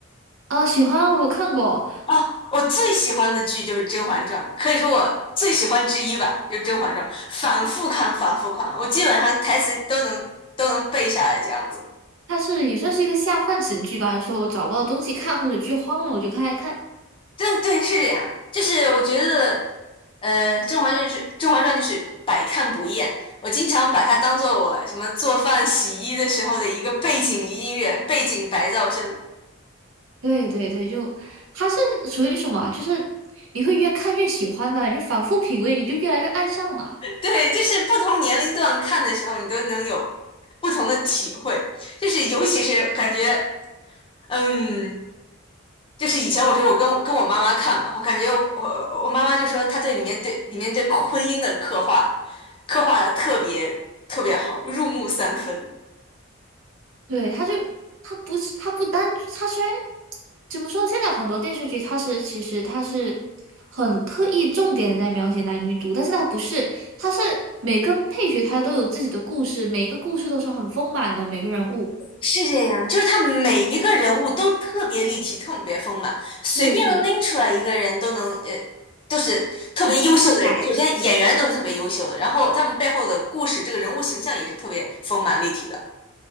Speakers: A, on the right; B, on the left.
A: 啊，喜欢我有看过，
B: 啊，我最喜欢的剧就是《甄嬛传》，可以说我最喜欢之一吧，就是《甄嬛传》，反复看，反复看，我基本上台词都能都能背下来这样子。
A: 它是也算是一个下饭神剧吧。说我找不到东西看或者剧荒了，我就开来看。
B: 对对，是这样。就是我觉得，呃，《甄嬛传》就是《甄嬛传》就是百看不厌。我经常把它当做我什么做饭、洗衣的时候的一个背景音乐、背景白噪声。
A: 对对对，就它是属于什么啊就是你会越看越喜欢吧，就反复品味，你就越来越爱上了。
B: 对，就是不同年龄段看的时候，你都能有不同的体会。就是尤其是感觉，嗯，就是以前我说我跟跟我妈妈看嘛，我感觉我我我妈妈就说她对里面对里面对婚姻的刻画，刻画的特别特别好，入木三分。
A: 对，他就他不是他不单他虽然怎么说，现在很多电视剧它是其实它是很刻意重点的在描写男女主，但是它不是，它是每个配角他都有自己的故事，每个故事都是很丰满的，每个人物
B: 是这样，就是他每一个人物都特别立体，特别丰满，随便拎出来一个人都能，
A: 是是
B: 呃，都是特别优秀的人。
A: 出彩，
B: 首先演员都是特别优秀的，然后他们背后的故事，这个人物形象也是特别丰满立体的。